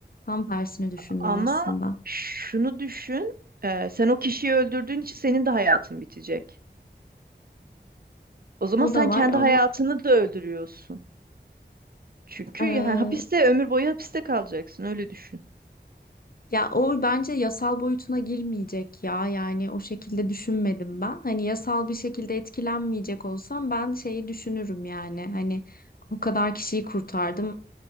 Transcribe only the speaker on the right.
Ama
şunu düşün, e, sen o kişiyi öldürdüğün için senin de hayatın bitecek. O zaman
sen
kendi
hayatını da öldürüyorsun. Çünkü
yani hapiste ömür boyu hapiste kalacaksın, öyle düşün.